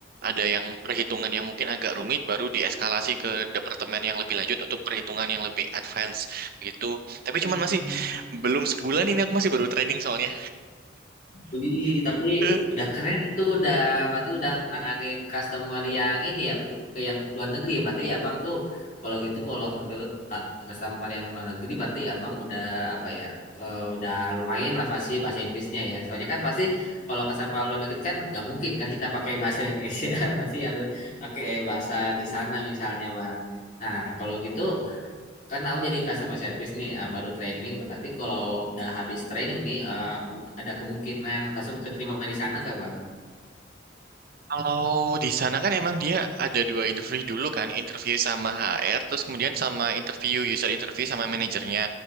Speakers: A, on the right; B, on the left.
A: ada yang perhitungan yang mungkin agak rumit, baru dieskalasi ke departemen yang lebih lanjut untuk perhitungan yang lebih advance gitu. Tapi cuman
B: Hmm.
A: masih belum sebulan ini aku masih baru training soalnya.
B: Wih, tapi
A: <laughs>
B: udah keren itu udah berarti udah nanganin customer yang ini ya bu- yang luar negeri ya berarti abang tuh kalau gitu kalau menurut ah, customer yang luar negeri berarti abang udah apa ya eh, udah lumayan lah pasti bahasa Inggrisnya ya soalnya kan pasti kalau customer luar negeri kan nggak mungkin kan kita pakai bahasa Indonesia <laughs> pasti harus pakai bahasa di sana misalnya bang nah kalau gitu kan aku jadi customer service nih eh, baru training berarti kalau udah habis training nih eh, bu- ada kemungkinan langsung keterima di sana nggak bang?
A: Kalau di sana kan emang dia ada dua interview dulu kan, interview sama HR, terus kemudian sama interview user interview sama manajernya.